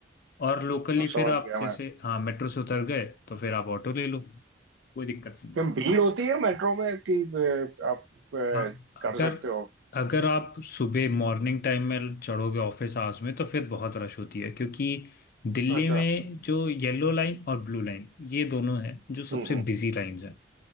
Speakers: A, on the left; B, on the right.
A: और लोकली
B: समझ
A: फिर आप
B: गया
A: जैसे
B: मैं
A: हाँ मेट्रो से उतर गए तो फिर आप ऑटो ले लो कोई दिक्कत नहीं
B: क्या भीड़ होती है मेट्रो में कि अ, आप अ,
A: हाँ
B: कर
A: अगर
B: सकते हो
A: अगर आप सुबह मॉर्निंग टाइम में चढ़ोगे ऑफिस आवर्स में तो फिर बहुत रश होती है क्योंकि दिल्ली
B: अच्छा
A: में जो येलो लाइन और ब्लू लाइन ये दोनों हैं जो सबसे
B: हम्म
A: बिजी लाइंस हैं